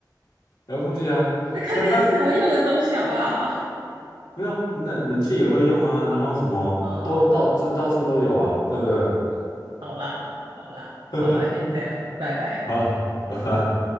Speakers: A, on the left; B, on the right.
A: 遥控器啊，
B: 那看电视才会用的东西，
A: <laughs>
B: 好不好？
A: 没有冷冷气也会用啊，然后什么都到这到处都有啊，
B: <laughs> 哦，
A: 对不对？
B: 哦，好啦，好啦，
A: <laughs>
B: 好啦，先这样，拜拜。
A: 好，拜拜。